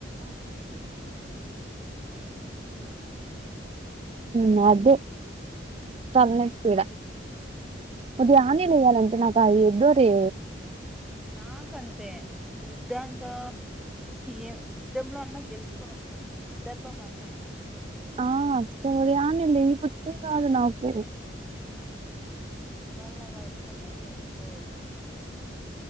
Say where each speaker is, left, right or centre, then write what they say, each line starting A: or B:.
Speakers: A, in the centre; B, on the right (about 35°).
A: ఇంకేం మ్ ఇంకేం మాట్లాడలేం
B: మ్ అదే
A: మ్మ్
B: తల నొప్పిడ కొద్దీ ఆనియ్యానేయాలంటే నాకాయోద్దురే
A: నాకంతే యుద్ధ అంతా ఏ యుద్ధంలో అన్నా గెలుచుకోనో స్త గాని నిద్దర్లో మాత్రం లేన్
B: ఆ సో <unintelligible> నాకు
A: వాళ్ళు అవి అర్థమే చేసుకోరు మనల్ని